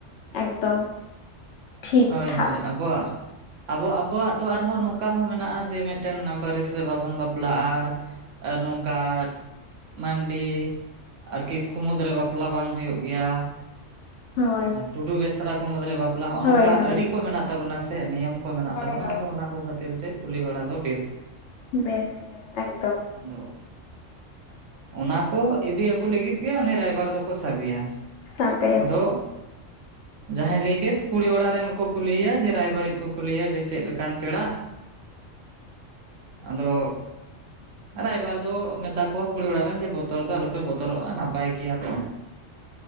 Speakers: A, on the left (about 70°); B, on the right (about 75°).
A: ᱮᱠᱫᱚᱢ ᱴᱷᱤᱠ
B: ᱦᱳᱭ
A: ᱴᱷᱟᱠ
B: ᱦᱳᱭ ᱟᱵᱚᱣᱟᱜ ᱟᱵᱚ ᱟᱵᱚᱣᱟᱜ ᱫᱚ ᱟᱨᱦᱚᱸ ᱱᱚᱝᱠᱟ ᱦᱚᱸ ᱢᱮᱱᱟᱜᱼᱟ ᱡᱮ ᱢᱤᱫᱴᱮᱱ ᱯᱟᱹᱨᱤᱥ ᱨᱮ ᱵᱟᱵᱚᱱ ᱵᱟᱯᱞᱟᱜᱼᱟ ᱟᱨ ᱟᱨ ᱱᱚᱝᱠᱟ ᱢᱟᱱᱰᱤ ᱟᱨ ᱠᱤᱥᱠᱩ ᱢᱩᱫᱽᱨᱮ ᱵᱟᱯᱞᱟ ᱵᱟᱝ ᱦᱩᱭᱩᱜ ᱜᱮᱭᱟ
A: ᱦᱳᱭ
B: ᱴᱩᱰᱩ ᱵᱮᱥᱨᱟ ᱠᱚ ᱢᱩᱨᱮ ᱵᱟᱯᱞᱟ ᱦᱚᱸᱜᱼᱚ
A: ᱦᱳᱭ
B: ᱱᱚᱝᱠᱟ
A: ᱦᱳᱭ
B: ᱟᱹᱨᱤ ᱠᱚ ᱢᱮᱱᱟᱜ ᱛᱟᱵᱚᱱᱟ ᱥᱮ <unintelligible> ᱱᱤᱭᱚᱢ ᱠᱚ ᱢᱮᱱᱟᱜ
A: ᱦᱳᱭ
B: ᱛᱟᱵᱚᱱᱟ
A: ᱦᱳᱭ
B: ᱟᱫᱚ ᱚᱱᱟ ᱠᱚ ᱠᱷᱟᱹᱛᱤᱨ ᱛᱮ ᱠᱩᱞᱤ ᱵᱟᱲᱟ ᱫᱚ ᱵᱮᱥ
A: ᱵᱮᱥ ᱜᱮ ᱮᱠᱫᱚᱢ
B: ᱟᱫᱚ ᱚᱱᱟ ᱠᱚ ᱤᱫᱤ ᱟᱹᱜᱩ ᱞᱟᱹᱜᱤᱫ ᱜᱮ ᱩᱱᱤ ᱨᱟᱭᱵᱟᱨ ᱫᱚᱠᱚ ᱥᱟᱵᱮᱭᱟ
A: ᱥᱟᱵ
B: ᱟᱫᱚ ᱡᱟᱦᱟᱸᱭ ᱞᱟᱹᱭ ᱠᱮᱫ ᱠᱩᱲᱤ ᱚᱲᱟᱜ ᱨᱮᱱ ᱠᱚ ᱠᱩᱞᱤ ᱮᱭᱟ ᱡᱮ ᱨᱟᱭᱵᱟᱨᱤᱡ ᱠᱚ ᱠᱩᱞᱤ ᱮᱭᱟ ᱡᱮ ᱪᱮᱫ ᱞᱮᱠᱟᱱ ᱯᱮᱲᱟ <inaudible> ᱟᱫᱚ ᱨᱟᱭᱵᱟᱨ ᱫᱚ ᱢᱮᱛᱟ ᱠᱚᱣᱟ ᱠᱩᱲᱤ ᱚᱲᱟᱜ ᱨᱮᱱ ᱵᱚᱛᱚᱨ ᱫᱚ ᱟᱞᱚᱯᱮ ᱵᱚᱛᱚᱨᱚᱜᱼᱟ ᱱᱟᱯᱟᱭ ᱜᱮᱭᱟ ᱠᱚ